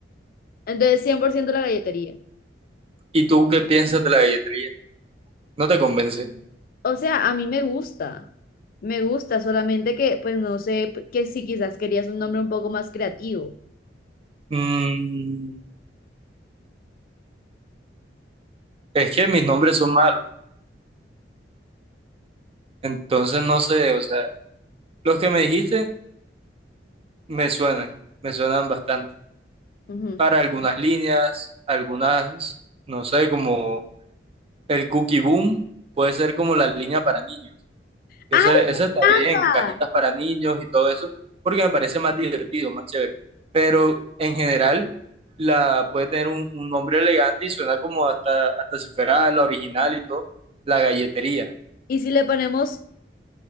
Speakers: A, on the left; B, on the right.
A: Entonces, 100% la galletería.
B: ¿Y tú qué piensas de la galletería? ¿No te convence?
A: O sea, a mí me gusta. Me gusta, solamente que, pues no sé, que si quizás querías un nombre un poco más creativo.
B: Mm, es que mis nombres son malos, entonces no sé, o sea, los que me dijiste Me suenan, me suenan bastante.
A: Ujú.
B: Para algunas líneas, algunas, no sé, como el Cookie Boom, puede ser como la línea para niños. Ese,
A: ¡Ay,
B: ese está
A: anda!
B: bien, cajitas para niños y todo eso, porque me parece más divertido, más chévere. Pero en general, la puede tener un, un nombre elegante y suena como hasta, hasta si fuera la original y todo, la galletería.
A: ¿Y si le ponemos